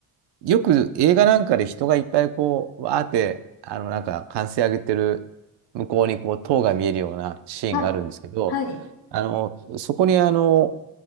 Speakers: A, on the right (about 75°); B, on the left (about 65°).
A: よく映画なんかで人がいっぱいこう、わーって、あの、なんか歓声上げてる向こうにこう、塔が見えるようなシーンがあるんですけど、
B: はい、はい、
A: あの、そこにあの、